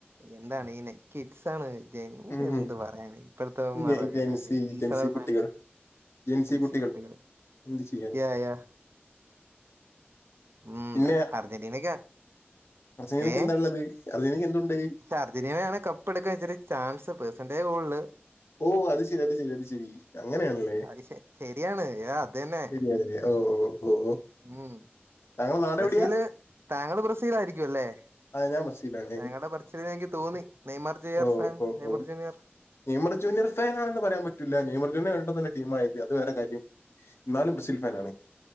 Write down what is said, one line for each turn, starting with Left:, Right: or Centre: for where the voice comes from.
Right: എന്താണെന്നെ കിഡ്സാണെ. എ
Left: ഉം.
Right: എന്ത് പറയാനാ ഇപ്പഴത്തവന്മാറൊക്കെ
Left: ജെ ജെൻസി
Right: കാര്യം സീസണൽ
Left: ജെൻസി കുട്ടികൾ
Right: ഫാൻസ്‌
Left: ജെൻസി
Right: എം
Left: കുട്ടികൾ
Right: സി കുട്ടികള്,
Left: എന്ത് ചെയ്യാൻ?
Right: യാ യാ ഉം
Left: പിന്നെ
Right: അ അർജന്റീനക്കാണ്.
Left: അർജന്റീനക്ക്
Right: ഏഹ്,
Left: എന്താ ഉള്ളത്? അർജന്റീനക്ക് എന്തുണ്ട്?
Right: പക്ഷേ അർജന്റീനയാണ് കപ്പെടുക്കാൻ ഇച്ചിരി ചാൻസ് പേഴ്‌സന്റേജ് കൂടു
Left: ഓഹ് അത് ശരി അത് ശരി അത് ശരി അങ്ങനെയാണല്ലേ?
Right: അത് ശരിയാണ് ഏ തന്നെ
Left: തന്നെതന്നെ ഓ ഓ ഓഹ്
Right: ഉം
Left: താങ്കളെ നാടെവിടെയാ?
Right: ബ്രസീല് താങ്കള് ബ്രസീലായിരിക്കോല്ലേ?
Left: ഞാൻ ബ്രസീലാണ്.
Right: താങ്കടെ പറച്ചിലിലെനിക്ക് തോന്നി. നെയ്മർ ജൂനിയർ
Left: ഓ
Right: ഫാൻ
Left: ഓ
Right: നെയ്മർ
Left: ഓ.
Right: ജുനിയർ ഫാ
Left: നെയ്മർ ജുനിയർ ഫാനാണെന്ന് പറയാൻ പറ്റൂല്ല. നെയ്മർജുനിയർ വന്നിട്ടോന്നൊല്ല ടീമായത് അത് വേറെ കാര്യം. ന്നാലും ബ്രസീൽഫാനാണ്.